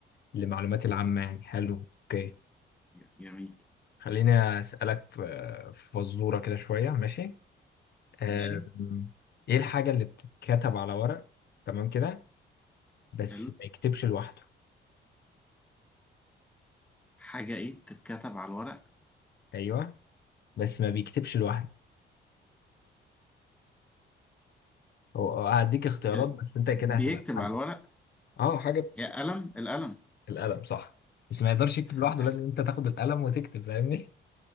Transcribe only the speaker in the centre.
ج- جميل
ماشي
حلو
حاجة إيه تتكتب على الورق
ال-
بيكتب
على الورق
يا قلم القلم
القلم